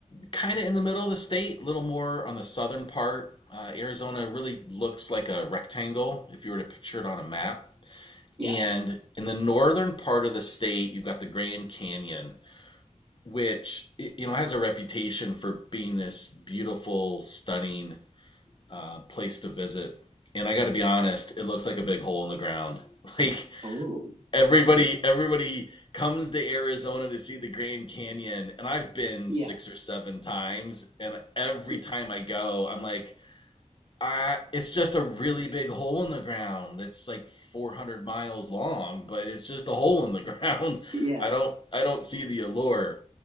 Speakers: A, on the left (about 40°); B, on the right (about 45°).
A: kind of in the middle of the state, a little more on the southern part. Uh, Arizona really looks like a rectangle if you were to picture it on a map.
B: Yeah.
A: And in the northern part of the state, you've got the Grand Canyon, which you know has a reputation for being this beautiful, stunning uh, place to visit. And I got to be honest, it looks like a big hole in the ground. <laughs> Like
B: Oh.
A: everybody, everybody comes to Arizona to see the Grand Canyon, and I've been
B: Yeah.
A: six or seven times, and every
B: Y-
A: time I go, I'm like, I, it's just a really big hole in the ground that's like 400 miles long, but it's just a hole in the ground.
B: Yeah.
A: <laughs> I don't, I don't see the allure.